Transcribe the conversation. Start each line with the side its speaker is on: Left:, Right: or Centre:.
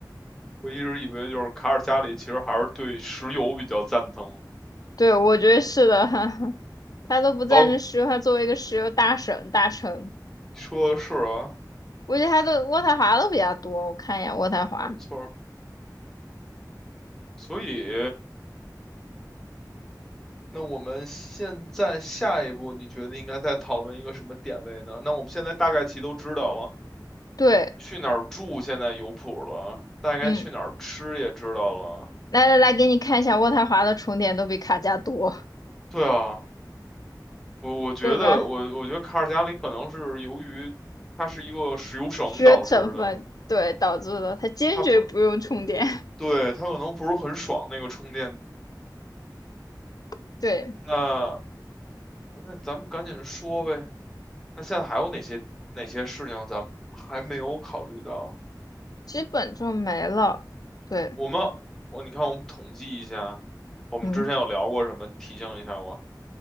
Centre: 我一直以为就是卡尔加里其实还是对石油比较赞同。
Left: 对，我觉得是的，<laughs> 他都不赞成石油，
Centre: <laughs> 哦，
Left: 它作为一个石油大省大城，
Centre: 说的是啊，
Left: 估计他的渥太华都比较多。我看一眼渥太华，
Centre: 没错儿。所以那我们现在下一步，你觉得应该再讨论一个什么点位呢？那我们现在大概齐都知道了，
Left: 对，
Centre: 去哪儿住现在有谱了，大概去哪儿吃也知道了。
Left: 嗯，来来来，给你看一下渥太华的充电都比卡加多，
Centre: 对啊，我我觉得我我觉得卡尔加里可能是由于它是一个石油省导致的，
Left: 对吧？是成分，对，导致的，它坚决不用充电，
Centre: 它不，对，它可能不是很爽那个充电。
Left: <laughs> 对，
Centre: 那那咱们赶紧说呗。那现在还有哪些哪些事情咱们还没有考虑到？
Left: 基本就没了，对，
Centre: 我们，我你看，我们统计一下，我们之前有聊过什么？
Left: 嗯，
Centre: 你提醒一下我。